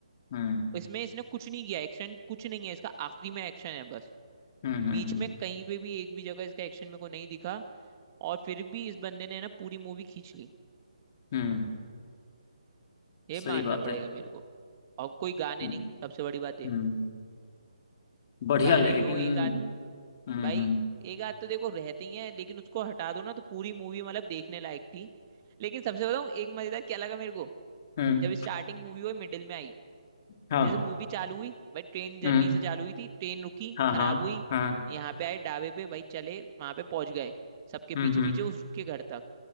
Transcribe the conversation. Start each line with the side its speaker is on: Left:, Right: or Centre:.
Left: हम्म
Right: इसमें इसने कुछ नहीं किया एक्शन कुछ नहीं है इसका आखिरी में एक्शन है बस
Left: हम्म हम्म
Right: बीच
Left: हम्म,
Right: में कहीं पे भी एक भी जगह इसका एक्शन मेरे को नहीं दिखा और फिर भी इस बंदे ने ना पूरी मूवी खींच ली
Left: हम्म,
Right: ये
Left: सही
Right: मानना
Left: बात
Right: पड़ेगा
Left: है
Right: मेरे को और कोई गाने
Left: हम्म
Right: नहीं सबसे बड़ी बात ये
Left: हम्म, बढ़िया
Right: गाने
Left: लेकिन
Right: भी वो एक आध
Left: हम्म
Right: भाई
Left: हम्म
Right: एक आध तो देखो रहती ही है लेकिन उसको हटा दो ना तो पूरी मूवी मतलब देखने लायक थी लेकिन सबसे बताऊं एक मजेदार क्या लगा मेरे को
Left: हम्म
Right: जब स्टार्टिंग मूवी हुई मिडिल में आई
Left: हाँ
Right: जैसे मूवी चालू हुई भाई ट्रेन जर्नी
Left: हम्म,
Right: से चालू हुई थी ट्रेन रुकी
Left: हाँ
Right: खराब
Left: हाँ
Right: हुई
Left: हाँ
Right: यहाँ पे आए ढाबे पे भाई चले वहां पे पहुंच गए सबके
Left: हम्म
Right: पीछे
Left: हम्म
Right: पीछे उसके घर तक